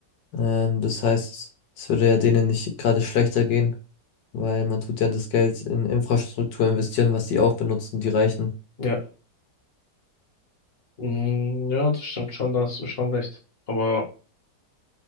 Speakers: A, on the left; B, on the left.
A: Ähm, das heißt, es würde ja denen nicht gerade schlechter gehen, weil man tut ja das Geld in Infrastruktur investieren, was die auch benutzen, die Reichen.
B: Ja. Mm, Ja, das stimmt schon, da hast du schon recht. Aber